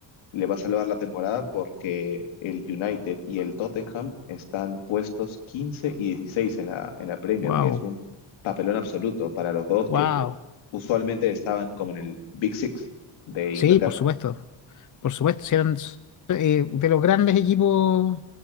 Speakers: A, on the left (about 85°); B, on the left (about 40°).
A: le va a salvar la temporada porque el United y el Tottenham están puestos 15 y 16 en la, en la Premier,
B: Wow,
A: que es un papelón absoluto para los dos
B: wow.
A: que usualmente estaban como en el Big Six de Inglaterra.
B: Sí, por supuesto. Por supuesto, si eran eh, de los grandes equipos,